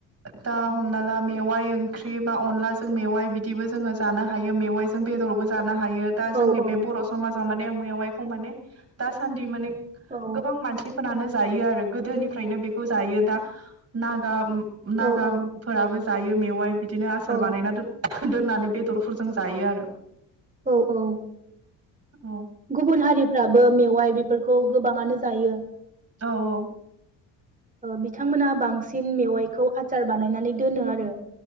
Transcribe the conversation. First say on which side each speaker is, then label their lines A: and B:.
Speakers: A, on the right (about 35°); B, on the right (about 20°).
A: दा हमना ला मेवाइ ओंख्रि बा अनलाजों मेवाइ बिदिबो जोङो जानो हायो मेवाइ जों बेदरावबो जानो हायो दा जोंनि
B: औ औ
A: बे बर' समाजाव माने मायाव एखौ माने दासान्दि माने
B: औ
A: गोबां मानसिफोरनानो जायो आरो गोदोनिफ्रायनो बेखौ जायो दा नागा नागाफोराबो
B: औ औ
A: जायो मेवाइ बिदिनो आसार
B: औ
A: बानायना दोन दोननानै बेदरफोरजों जायो आरो
B: औ औ
A: औ
B: गुबुन हारि फोराबो मेवाइ बेफोरखौ गोबाङानो जायो
A: औ औ
B: बिथांमोना बांसिन मेवाइखौ आचार बानायनानै दोनो आरो